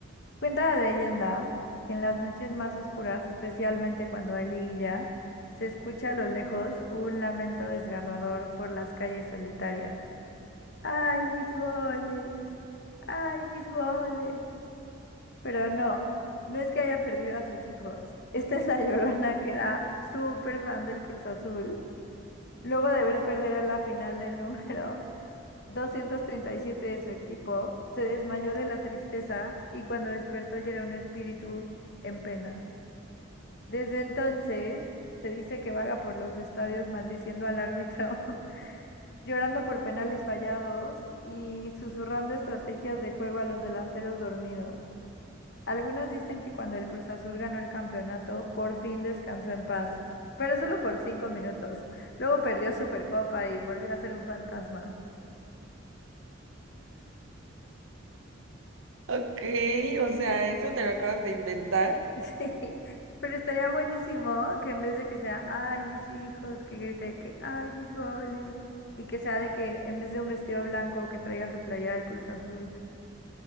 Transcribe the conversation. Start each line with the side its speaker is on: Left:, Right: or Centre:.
Left: Cuenta la leyenda que en las noches más oscuras, especialmente cuando hay liguilla, se escucha a lo lejos un lamento desgarrador por las calles solitarias. Ay, mis goles. Ay, mis goles. Pero no, no es que haya perdido a sus hijos. Esta es la <laughs> Llorona que era súper fan del Cruz Azul. Luego de ver perder a la final del número <laughs> 237 de su equipo, se desmayó de la tristeza y cuando despertó ya era un espíritu en pena. Desde entonces, se dice que vaga por los estadios maldiciendo al árbitro <laughs> llorando por penales fallados y susurrando estrategias de juego a los delanteros dormidos. Algunos dicen que cuando el Cruz Azul ganó el campeonato, por fin descansó en paz, pero solo por cinco minutos. Luego perdió Supercopa y volvió a ser un fantasma.
Right: Ok, o sea, eso te lo acabas de inventar.
Left: <laughs> Pero estaría buenísimo que en vez de que sea, ay, mis hijos, que grite que, ay, mis goles, y que sea de que en vez de un vestido blanco que traiga su playera del Cruz Azul.